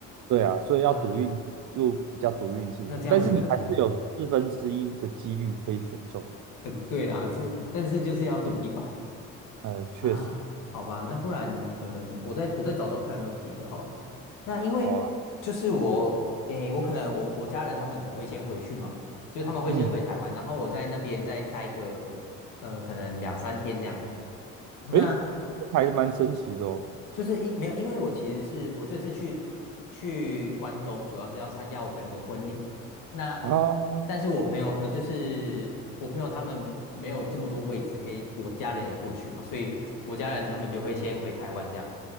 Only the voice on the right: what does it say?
对啊，所以要赌运就比较赌运气，
但是你还是有四分之一的几率可以选中。
呃，确实，
好啊，
嗯，
诶，这还蛮神奇的哦。
啊，